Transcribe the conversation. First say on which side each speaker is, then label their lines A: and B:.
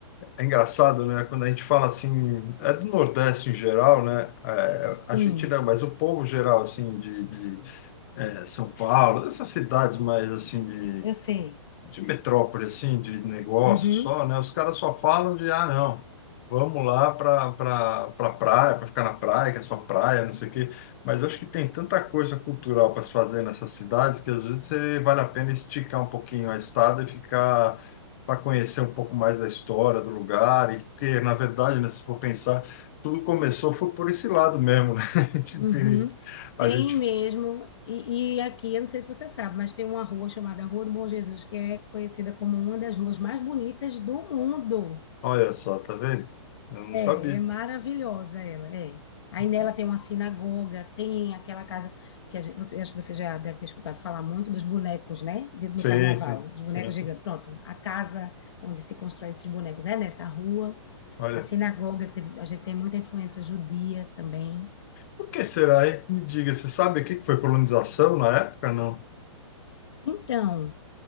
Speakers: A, on the left; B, on the left.
A: é engraçado, né? Quando a gente fala assim, é do Nordeste em geral, né? É,
B: sim,
A: a gente não, mas o povo geral, assim, de, de é, São Paulo, essas cidades mais assim de,
B: eu sei.
A: de metrópole, assim, de negócio
B: Uhum,
A: só, né? Os caras só falam de, ah, não, vamos lá para pra, pra praia, para ficar na praia, que é só praia, não sei o quê. Mas eu acho que tem tanta coisa cultural para se fazer nessas cidades que às vezes você- vale a pena esticar um pouquinho a estada e ficar para conhecer um pouco mais da história do lugar, e porque, na verdade, né, se for pensar, tudo começou foi por esse lado mesmo, né? <laughs> A gente,
B: uhum.
A: tem- a
B: Tem
A: gente
B: mesmo, e, e aqui, eu não sei se você sabe, mas tem uma rua chamada Rua do Bom Jesus, que é conhecida como uma das ruas mais bonitas do mundo.
A: Olha só, tá vendo? Eu não
B: É,
A: sabia.
B: é maravilhosa ela, é. Aí
A: Então,
B: nela tem uma sinagoga, tem aquela casa que a gente- você, acho que você já deve ter escutado falar muito dos bonecos, né? De- No
A: sim,
B: carnaval,
A: sim,
B: os bonecos
A: sim, sim.
B: gigantes. Pronto, a casa onde se constrói esses bonecos é nessa rua.
A: Olha,
B: A sinagoga, que teve- a gente tem muita influência judia também.
A: o que será, hein? Me diga, você sabe o que que foi colonização na época? Não.
B: Então,